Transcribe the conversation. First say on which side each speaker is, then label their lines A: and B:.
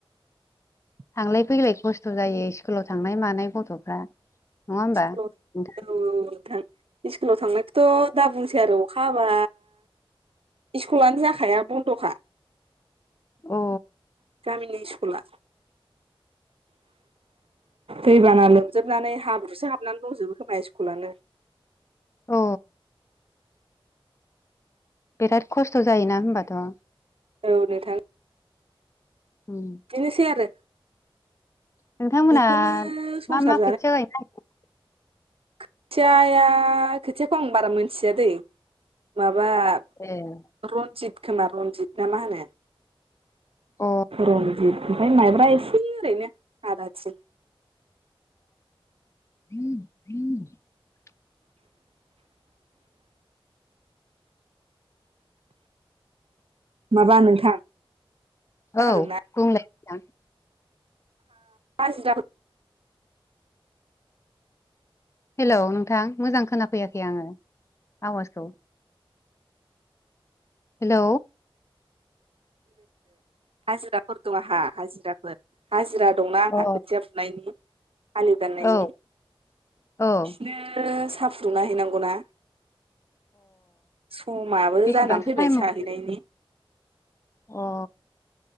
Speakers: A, on the right; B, on the left.
A: <unintelligible>
B: थांलाय फैलाय खस्थ' जायो इस्कुलाव थांनाय मानाय गथ'फ्रा। नङा होमबा
A: <unintelligible>
B: नोंथां
A: नोंथां। इस्कुलाव थांनायखौथ' दा बुंसै आरो अखा हाबा इस्कुलानो जाखाया बन्द'खा।
B: अ।
A: गामिनि इस्कुला दैबाना लोमजोबनानै हाब्रुसो हाबनानै दंजोबो खोमा स्कुलानो।
B: अ। बिराद खस्थ' जायोना होनबाथ'?
A: औ नोंथां।
B: उम
A: बिनोसै आरो।
B: नोंथांमोना
A: बेखौनो संसार
B: मा मा खोथिया गायनो नारगेरदों?
A: खोथिया खोथियाखौ आं बारा मिथिया दैे माबा बा
B: नागिरो
A: रनजित खोमा रनजित ना मा होनो।
B: अ
A: रंजित ओमफ्राय माइब्रा एसे ओरैनो आदाथिं
B: <inaudible>
A: <inaudible> माबा नोंथां खोनादोंना
B: औ बुंलाय नोंथां?
A: हाजिराफोर
B: हेलौ नोंथां मोजां खोनाफैयाखै आङो आवाजखौ। हेल'
A: हाजिराफोर दं आंहा हाजिराफोर हाजिरा दंना आंहा
B: अ
A: खोथिया फुनायनि आलि दाननायनि
B: औ औ
A: बिसिनो
B: अ
A: साहा फुंना हैैनांगौ ना समाबो
B: बेसेबांसो
A: जानानै फैबाय
B: टाइमाव
A: साहैनायनि
B: होयो? अ